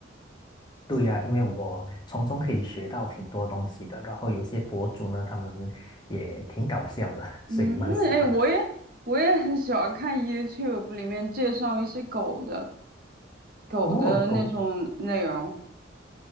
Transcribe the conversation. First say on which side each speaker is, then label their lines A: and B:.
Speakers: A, on the left; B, on the right.
A: 对呀，因为我从中可以学到挺多东西的，然后有些博主呢，他们也挺搞笑的，
B: 嗯，
A: 所以蛮喜欢的。
B: 那哎，我也我也很喜欢看 YouTube 里面介绍一些狗的狗的那种内容。
A: 哦，狗狗，